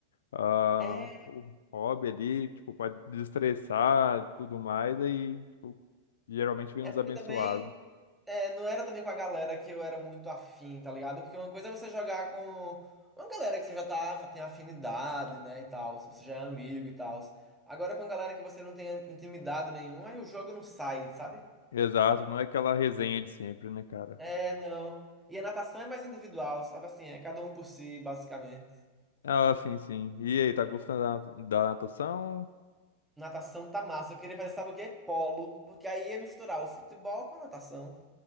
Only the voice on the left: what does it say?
ah,
um hobby ali, tipo, pra desestressar e tudo mais, aí, tipo, geralmente vem
uns
abençoados.
Exato, não é aquela resenha de sempre, né, cara?
Ah, sim, sim. E aí, tá gostando da, da natação?